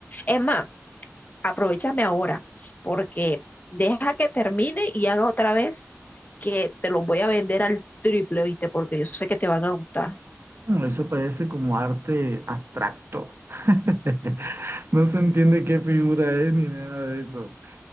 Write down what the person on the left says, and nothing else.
Es más, aprovechame ahora, porque deja que termine y haga otra vez que te los voy a vender al triple, ¿viste? Porque yo sé que te van a gustar.